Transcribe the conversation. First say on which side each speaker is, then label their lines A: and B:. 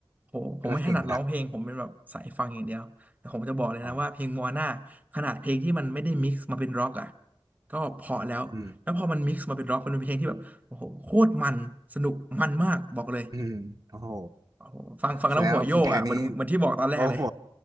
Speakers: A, on the right (about 20°); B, on the right (about 45°).
A: โหผมไม่ถนัดร้องเพลงผมเป็นแบบสายฟังอย่างเดียวแต่ผมจะบอกเลยนะว่าเพลงโมอาน่าขนาดเพลงที่มันไม่ได้มิกซ์มาเป็นร็อกอ่ะ
B: ถ้าเพลงดัง อ๋อ
A: ก็เพราะแล้วแล้วพอมันมิกซ์มาเป็นร็อกมันเป็นเพลงที่แบบโอ้โหโคตรมันสนุกมันมากบอกเลย
B: อืมอืมโอ้โห
A: โอ้โหฟังฟังแล้วหัวโยกอ่ะเหมันเหมันที่บอกตอนแรกเลย
B: แสดงว่าคุณแทนนี้ โอ้โห